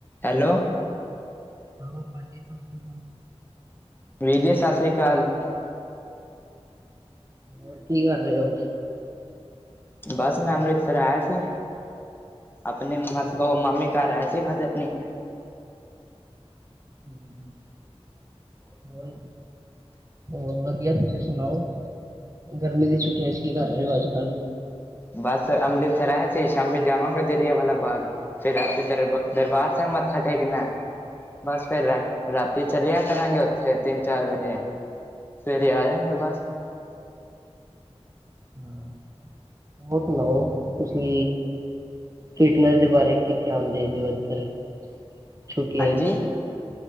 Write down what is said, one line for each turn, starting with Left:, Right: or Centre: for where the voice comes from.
Left: Hello.
Right: Hello ਭਾਜੀ, ਤੁਸੀ।
Left: ਵੀਰ ਜੀ, ਸਤਿ ਸ਼੍ਰੀ ਅਕਾਲ।
Right: ਹੋਰ, ਕੀ ਕਰ ਰਹੇ ਹੋ।
Left: ਬਸ ਮੈਂ ਅੰਮ੍ਰਿਤਸਰ ਆਇਆ ਸੀ। ਆਪਣੇ ਮਾਸ,
Right: ਹਾਂ
Left: ਉਹ ਮਾਮੇ ਕਾਰ ਆਇਆ ਸੀ ਮੈਂ ਤੇ ਅਪਣੀ।
Right: ਹੂੰ, ਹੋਰ? ਹੋਰ ਵਧੀਆ, ਤੁਸੀਂ ਸੁਣਾਓ? ਗਰਮੀ ਦੀ ਛੁੱਟੀਆਂ ਇੱਚ ਕੀ ਕਰ ਰਏ ਔ ਅੱਜ ਕੱਲ੍ਹ?
Left: ਬਸ ਅੰਮ੍ਰਿਤਸਰ ਆਇਆ ਸੀ, ਸ਼ਾਮੀ ਜਾਵਾਂਗਾ ਜਲਿਆਂਵਾਲਾ ਬਾਗ। ਫੇਰ ਰਾਤੀ ਦਰ, ਦਰਬਾਰ ਸੈਬ ਮੱਥਾ ਟੇਕਣਾ ਏ, ਬਸ ਫੇਰ ਰਾ-ਰਾ ਤੀ ਚਲੇਆ ਕਰਾਂਗਾ ਔਥੇ, ਤਿੰਨ ਚਾਰ ਵਜੇ, ਸਵੇਰੇ ਆ ਜਾਗੇ ਬਸ।
Right: ਹੂੰ, ਹੋਰ ਸੁਣਾਓ? ਤੁਸੀ। ਫਿਟਨੈਸ ਦੇ ਬਾਰੇ ਕੀ ਤਿਆਨ ਦੇ ਰਏ ਹੋ ਅੱਜਤਰ? ਛੁਟੀਆਂ
Left: ਹਾਂਜੀ
Right: ਇੱਚ?